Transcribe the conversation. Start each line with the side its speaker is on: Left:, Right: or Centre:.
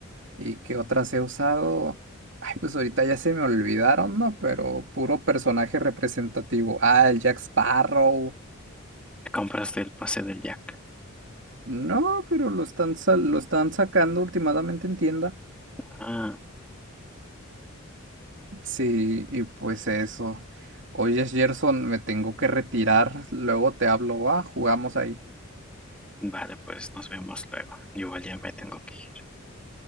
Right: y qué otras he usado. Ay, pues ahorita ya se me olvidaron, ¿no? Pero puro personaje representativo. Ah, el Jack Sparrow.
Centre: Te compras el pase del Jack.
Right: No, pero lo están, sa- lo están sacando últimamente en tienda.
Centre: Ah,
Right: Sí, y pues eso. Oye, Gerson, me tengo que retirar. Luego te hablo, va, jugamos ahí.
Centre: vale, pues nos vemos luego. Yo igual ya me tengo que ir.